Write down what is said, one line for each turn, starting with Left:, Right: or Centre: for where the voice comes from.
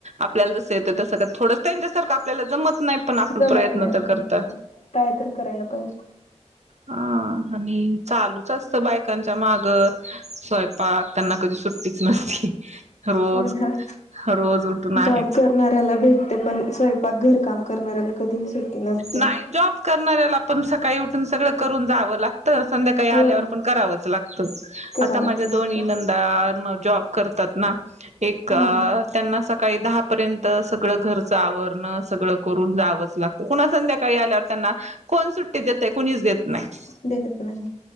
Right: आपल्याला जसं येतं तसं थोडंच त्यांच्यासारखं आपल्याला जमत नाही. पण आपण
Left: जमत
Right: प्रयत्न
Left: नाही जमत
Right: तर करता
Left: नाही कायतरी करायला पाहिजे.
Right: हा आणि चालूच असत बायकांच्या माग स्वयंपाक त्यांना कधी सुट्टीच नसती. रोज
Left: ह
Right: रोज उठून आहेच
Left: जॉब करणाऱ्याला भेटते पण स्वयंपाक घरकाम करणाऱ्याला कधीही सुट्टी नसते.
Right: नाही जॉब करणाऱ्याला पण सकाळी उठून सगळं करून जावं लागत. संध्याकाळी आल्यावर
Left: हो ना.
Right: पण करावंच लागतं
Left: करावंच
Right: आता माझ्या
Left: लागत
Right: दोन्ही नंदा जॉब करतात ना. एक
Left: हा हा
Right: त्यांना सकाळी दहा पर्यंत सगळं घरच आवरण सगळ आवरुन जावच लागत पुन्हा संध्याकाळी आल्यावर त्यांना कोण सुट्टी देतय कुणीच देत. नाही
Left: देत नाही